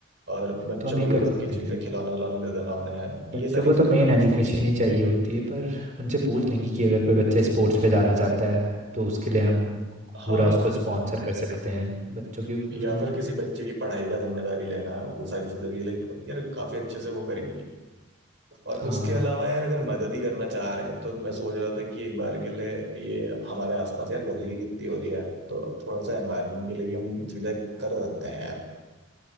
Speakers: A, on the right; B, on the right.
A: और बच्चों
B: तो हम ये
A: की जरूरत
B: कर सकते
A: की चीजें
B: हैं
A: खिलौने उलौने दे देना उन्हें
B: बच्चों
A: ये सारी
B: को तो
A: चीजें
B: मेन
A: डोनेट
B: एजुकेशन
A: करना
B: ही चाहिए होती है पर उनसे पूछ लेंगे कि अगर कोई बच्चा स्पोर्ट्स पे जाना चाहता है तो उसके लिए हम
A: हाँ
B: पूरा उसको स्पॉन्सर कर सकते हैं बच्चों की उसमें
A: या फिर किसी बच्चे की पढ़ाई का जिम्मेदारी लेना वो सारी चीजें भी लाइक यार काफी अच्छे से वो करेंगी और
B: हाँ
A: उसके अलावा यार अगर मदद ही करना चाह रहे हैं तो मैं सोच रहा था कि एक बार के लिए ये हमारे आसपास यार गंदगी कितनी हो रही है तो थोड़ा सा एनवायरनमेंट के लिए भी हम चीजें कर सकते हैं यार